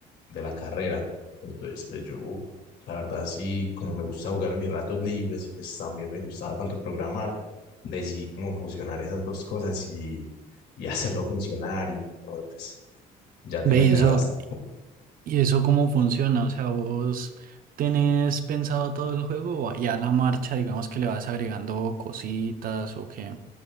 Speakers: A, on the left (about 70°); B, on the right (about 55°).
A: de la carrera. Entonces, pues yo, uf, la verdad sí, como me gusta jugar en mis ratos libres y pues también me gustaba tanto programar, decidí como fusionar esas dos cosas y, y <laughs> hacerlo funcionar y no, pues... Ya te
B: Ve,
A: imaginarás
B: y eso, y eso cómo funciona, o sea, vos tenés pensado todo el juego o ya a la marcha, digamos que le vas agregando cositas o qué